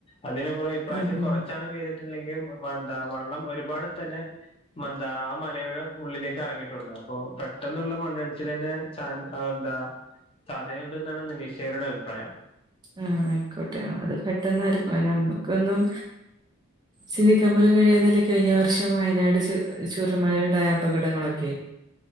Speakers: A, on the left; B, on the right.
A: അതിനപ്പുറം ഇപ്രാവശ്യം
B: ഉം ഉം
A: കുറച്ചാണ് പെയ്തിട്ടണ്ടെങ്കിൽ വ എന്താ വെള്ളം ഒരുപാട് തന്നെ മന്താ ആ മലയുടെ ഉള്ളിലേക്ക് ഇറങ്ങിയിട്ടുണ്ട് അപ്പൊ പെട്ടെന്നുള്ള മണ്ണിടിച്ചിൽ തന്നെ ചാ എന്താ സാധ്യതയുണ്ട് എന്നാണ് നിരീക്ഷകരുടെ അഭിപ്രായം
B: ആഹ ആയിക്കോട്ടെ അത് പെട്ടെന്നായിരിക്കുംആ നമ്മക്കൊന്നും സിന്നിക്കാമ്പലം കഴിയാതല്ലെ കഴിഞ്ഞ വർഷം വയനാട് <unintelligible> ചൂരൽ മലയിൽ ഉണ്ടായ അപകടങ്ങളൊക്കെ